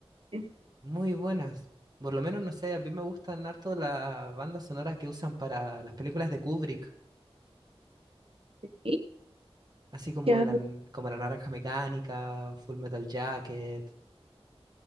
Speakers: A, on the right; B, on the right.
A: bastante.
B: muy buenas. Por lo menos, no sé, a mí me gustan harto las bandas sonoras que usan para las películas de Kubrick,
A: Y
B: así como
A: ya,
B: la, como La Naranja Mecánica, Full Metal Jacket.